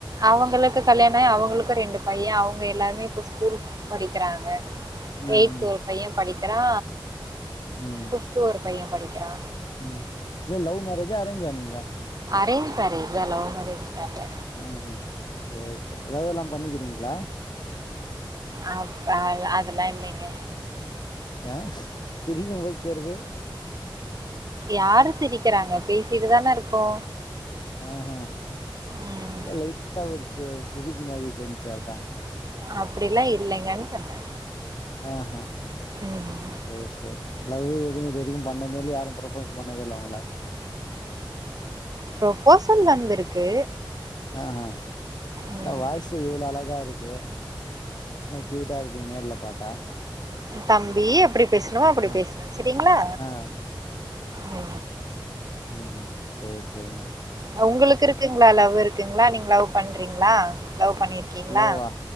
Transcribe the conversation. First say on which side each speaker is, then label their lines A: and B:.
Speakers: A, on the right; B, on the left.
A: அவங்களுக்கு கல்யாண ஆகி அவுங்களுக்கு ரெண்டு பைய அவங்க எல்லாருமே இப்ப ஸ்கூல் படிக்கிறாங்க
B: ம்
A: எய்த் ஒரு பைய படிக்கிறா
B: ம்
A: பிப்த ஒரு பைய படிக்கிறா
B: ம் இல்ல லவ் மேரேஜா அரேஞ்சா நீங்க
A: அரேஜ் மேரஜ் தா லவ் மேரேஜ் லா இல்ல
B: ஆ அ சேரி சேர் லவ்லா பண்ணிக்கிறிங்ளா
A: அப் அத் அதெல்லா இல்லைங்க
B: அ பெரிய மொக தேர்வு
A: யாரு சிரிக்கிறாங்க பேசிட்டுதானே இருக்கோ
B: ஆ அ
A: ம்
B: எல்ல லைட்டா ஒரு சி சிரிப்பு மாரி தெரிஞ்ச்சு அதா
A: அப்டிலா இல்லைங்கன் சொன்னே
B: ஆ அ
A: ம்
B: செரி சேர் லவ்ல எது நீங்கு பண்ணதே இல்ல யாரு ப்ரப்போஷு பண்ணதே இல்ல ஒங்கள
A: ப்ரொபோஷல் வந்திருக்கு
B: ஆ அ
A: ம்
B: இல வாய்ஸ்ஸே இவ்ளோ அழ கா இருக்கே இன்ன க்யூட்டா இருப்பீங்க நேர்ல பாத்தா
A: தம்பி எப்டி பேசுணுமோ அப்டி
B: ஆ
A: பேசுங்க சரிங்களா
B: ஆ
A: ஓ
B: ம் ம் சேர் சேர்
A: இல ஒங்குளுக்கு இருக்குங்களா லவ்வு இருக்குங்களா நீங்க லவ் பண்றீங்களா லவ் பண்ணிருக்கீங்களா
B: லவ்வா